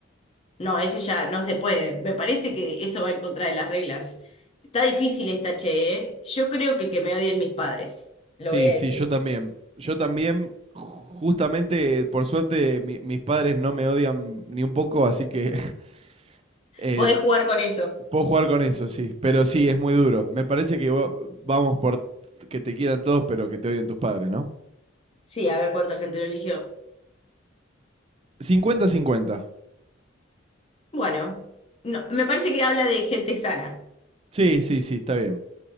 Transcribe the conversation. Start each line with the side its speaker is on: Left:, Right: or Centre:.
Left: no, eso ya no se puede. Me parece que eso va en contra de las reglas. Está difícil esta, che, ¿eh? Yo creo que que me odien mis padres,
Right: Sí,
Left: lo voy a
Right: sí,
Left: decir.
Right: yo también. Yo también, justamente, por suerte, mi- mis padres no me odian ni un poco, así que <laughs> eh,
Left: Podés jugar con eso.
Right: puedo jugar con eso, sí. Pero sí, es muy duro. Me parece que va- vamos por que te quieran todos, pero que te odien tus padres, no
Left: Sí, a ver cuánta gente lo eligió.
Right: cincuenta Cincuenta-cincuenta.
Left: Bueno, no, me parece que habla de gente sana.
Right: Sí, sí, sí, está bien.